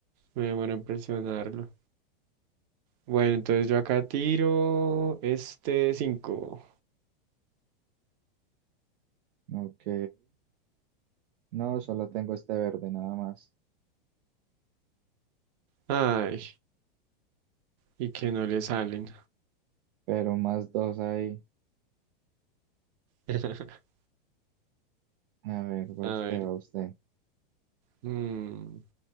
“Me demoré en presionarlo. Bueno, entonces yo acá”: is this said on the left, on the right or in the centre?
Right